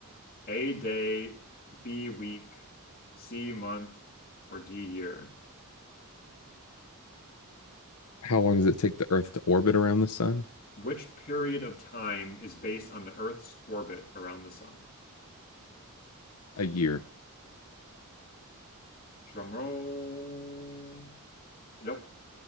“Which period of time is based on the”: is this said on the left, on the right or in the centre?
Left